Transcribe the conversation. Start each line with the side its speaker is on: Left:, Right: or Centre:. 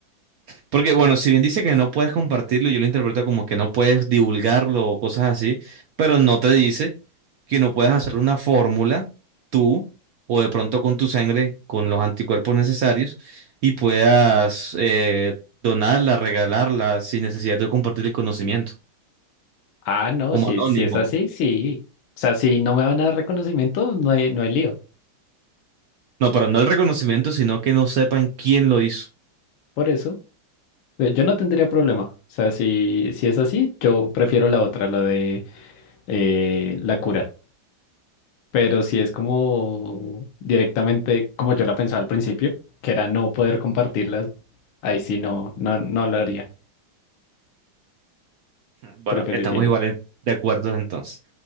Right: Porque, bueno, si bien dice que no puedes compartirlo, yo lo interpreto como que no puedes divulgarlo o cosas así, pero no te dice que no puedes hacer una fórmula tú o de pronto con tu sangre, con los anticuerpos necesarios y puedas eh, donarla, regalarla sin necesidad de compartir el conocimiento,
Left: Ah, no,
Right: como
Left: si,
Right: anónimo.
Left: si es así, sí. O sea, si no me van a dar reconocimiento, no hay, no hay lío.
Right: No, pero no el reconocimiento, sino que no sepan quién lo hizo.
Left: Por eso, eh, yo no tendría problema. O sea, si, si es así, yo prefiero la otra, la de eh, la cura. Pero si es como directamente como yo la pensaba al principio, que era no poder compartirlas, ahí sí no, no, no lo haría.
Right: Bueno,
Left: Preferiría.
Right: estamos
Left: el-
Right: iguales de acuerdo entonces.